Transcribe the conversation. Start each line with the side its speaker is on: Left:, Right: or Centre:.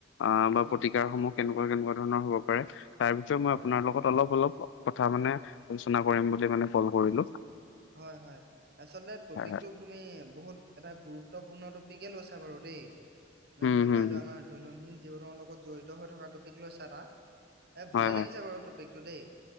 Left: অ, বা
Right: উম
Left: প্ৰতিকাৰসমূহ কেনেকুৱা কেনেকুৱা ধৰণৰ হব পাৰে? তাৰ ভিতৰত মই
Right: হয়
Left: আপোনাৰ
Right: হয়
Left: লগত অলপ-অলপ কথা মানে আলোচনা কৰিম বুলি মানে কল কৰিলো।
Right: হয়-হয় আচলতে টপিকটো
Left: হয় হয়
Right: তুমি বহুত এটা গুৰুত্বপূৰ্ণ টপিকে লৈছা বাৰু দেই। মানে
Left: উম
Right: ধৰি
Left: হম
Right: লোৱা এইটো
Left: হম
Right: আমাৰ দৈনন্দিন জীৱনৰ লগত জড়িত হৈ থকা টপিক লৈছা এটা, এ
Left: হয়
Right: ভালে
Left: হয়
Right: লাগিছে বাৰু টপিক টো দেই।